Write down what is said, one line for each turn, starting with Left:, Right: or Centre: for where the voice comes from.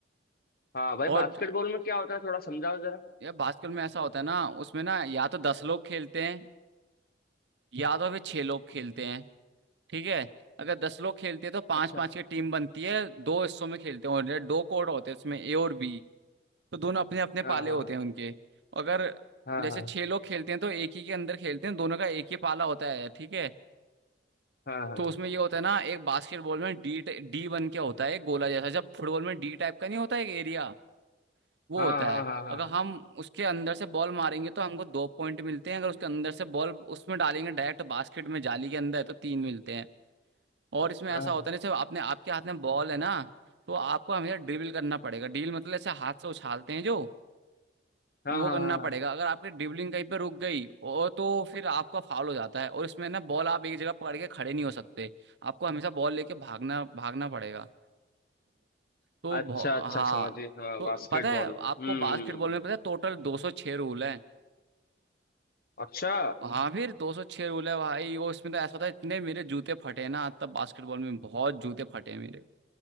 Left: हाँ भाई
Right: और
Left: बास्केटबॉल में क्या होता है थोड़ा समझाओ जरा
Right: यार बास्केटबॉल में ऐसा होता है ना उसमें ना या तो दस लोग खेलते हैं या तो फिर छह लोग खेलते हैं ठीक है अगर दस लोग खेलते हैं तो पांच
Left: अच्छा
Right: पांच की टीम बनती है दो हिस्सों में खेलते हैं और दो कोर्ट होते हैं इसमें ए और बी तो दोनों अपने अपने पाले
Left: हाँ
Right: होते हैं उनके अगर
Left: हाँ
Right: जैसे
Left: हाँ
Right: छह लोग खेलते हैं तो एक ही के अंदर खेलते हैं दोनों का एक ही पाला होता है ठीक है
Left: हाँ हाँ
Right: तो उसमें ये होता है ना एक बास्केटबॉल में डी डी बन के होता है एक गोला जैसा जब फुटबॉल में डी टाइप का नहीं होता एक एरिया वो
Left: हाँ
Right: होता
Left: हाँ
Right: है
Left: हाँ हाँ
Right: अगर
Left: हाँ
Right: हम उसके अंदर से बॉल मारेंगे तो हमको दो पॉइंट मिलते हैं अगर उसके अंदर से बॉल उसमें डालेंगे डायरेक्ट बास्केट में जाली के अंदर तो तीन मिलते हैं और इसमें
Left: हाँ
Right: ऐसा होता है ना जैसे आपने आपके हाथ में बॉल है ना तो आपको हमेशा ड्रिबल करना पड़ेगा ड्रिबल मतलब ऐसे हाथ से उछालते हैं जो
Left: हाँ
Right: वो
Left: हाँ
Right: करना
Left: हाँ हाँ,
Right: पड़ेगा
Left: हाँ।
Right: अगर आपकी ड्रिबलिंग कहीं पे रुक गई और तो फिर आपका फाउल हो जाता है और इसमें ना बॉल आप एक जगह पकड़ के खड़े नहीं हो सकते आपको हमेशा बॉल लेके भागना भागना पड़ेगा तो
Left: अच्छा
Right: बहु-
Left: अच्छा
Right: हाँ
Left: समझिए हाँ
Right: तो
Left: बास्केटबॉल
Right: पता है
Left: हम्म
Right: आपको बास्केटबॉल में पता है टोटल 206 रूल है
Left: अच्छा
Right: हाँ फिर 206 रूल है भाई वो इसमें तो ऐसा था इतने मेरे जूते फटे हैं ना तब बास्केटबॉल में बहुत जूते फटे हैं मेरे